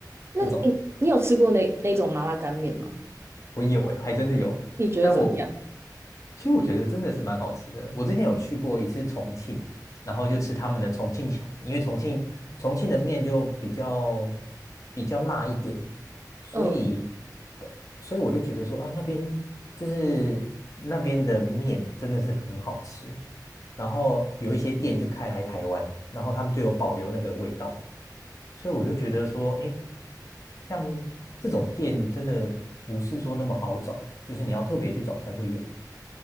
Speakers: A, on the right; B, on the left.
A: 那你你有吃过那那种麻辣干面吗？
B: 这种。我有诶，还真的有。
A: 你觉得怎么样？
B: 但我其实我觉得真的是蛮好吃的。我之前有去过一次重庆，然后就吃他们的重庆小面，因为重庆重庆的面就比较比较辣一点，所以
A: 嗯，
B: 所以我就觉得说啊，那边就是那边的面真的是很好吃，然后有一些店就开来台湾，然后他们就有保留那个味道，所以我就觉得说，哎，像这种店真的不是说那么好找，就是你要特别去找才会有。